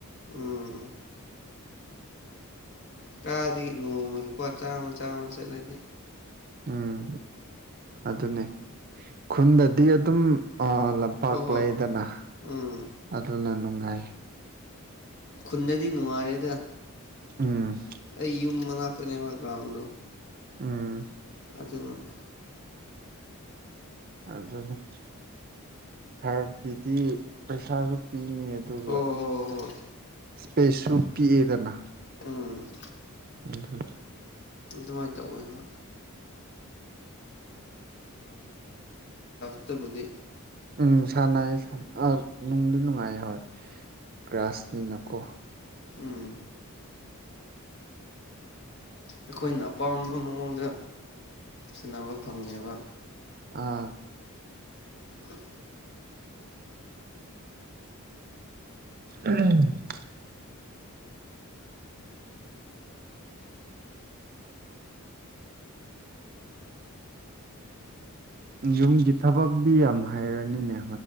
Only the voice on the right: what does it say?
ꯎꯝ ꯑꯗꯨꯅꯦ ꯈꯨꯟꯗꯗꯤ ꯑꯗꯨꯝ ꯂꯝꯄꯥꯛ
ꯂꯩꯗꯅ
ꯑꯗꯨꯅ ꯅꯨꯡꯉꯥꯏ
ꯎꯝ
ꯎꯝ
ꯑꯗꯨꯅꯦ ꯊꯔꯀꯤꯗꯤ ꯄꯩꯁꯥꯁꯨ ꯄꯤꯅꯤ ꯑꯗꯨꯒ
ꯏꯁꯄꯦꯁꯁꯨ ꯄꯤꯛꯑꯦꯗꯅ
ꯑꯗꯨꯗ
ꯎꯝ ꯁꯥꯟꯅ ꯑ ꯅꯨꯡꯗꯤ ꯅꯨꯡꯉꯥꯏ ꯍꯣꯏ ꯀ꯭ꯔꯥꯁꯅꯤ ꯅꯀꯣ
ꯑꯥ
ꯎꯝ ꯌꯨꯝꯒꯤ ꯊꯕꯛꯇꯗꯤꯤ ꯌꯥꯝ ꯍꯥꯏꯩꯔꯅꯤꯅꯦ